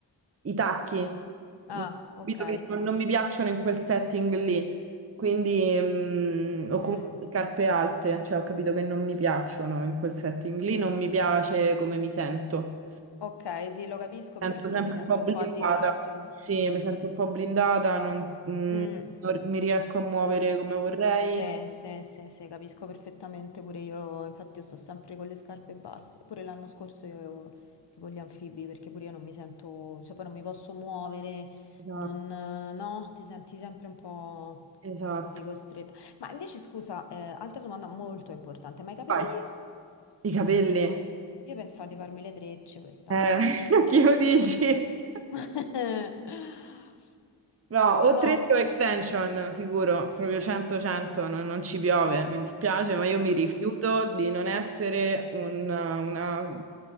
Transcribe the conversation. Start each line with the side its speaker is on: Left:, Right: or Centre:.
Right: i tacchi.
Left: Ah,
Right: Ho
Left: ok.
Right: capito che non, non mi piacciono in quel setting lì. Quindi, mm, o
Left: Mm,
Right: comunque scarpe alte, cioè ho capito che non mi piacciono in quel setting lì, non mi piace come mi sento.
Left: ok, sì, lo capisco perché
Right: Mi sento
Left: pure
Right: sempre
Left: io mi sento
Right: un po' blindata,
Left: un po' a disagio.
Right: sì, mi sento un po' blindata, non, mm,
Left: Mm,
Right: non mi riesco a muovere come vorrei.
Left: sì, sì, sì, sì, capisco perfettamente pure io, infatti io sto sempre con le scarpe basse, pure l'anno scorso io avevo tipo gli anfibi perché pure io non mi sento, cioè poi non mi posso muovere,
Right: Esatto,
Left: non, no, ti senti sempre un po'
Right: esatto.
Left: così costretto. Ma invece scusa, eh, altra domanda molto importante, ma i capelli?
Right: Vai, i capelli.
Left: Io pensavo di farmi le trecce quest'anno.
Right: Eh, <laughs> chi lo dici?
Left: <laughs>
Right: No, o
Left: No?
Right: 3 o extension, sicuro, proprio 100-100, non, non ci piove, mi dispiace, ma io mi rifiuto di non essere un- una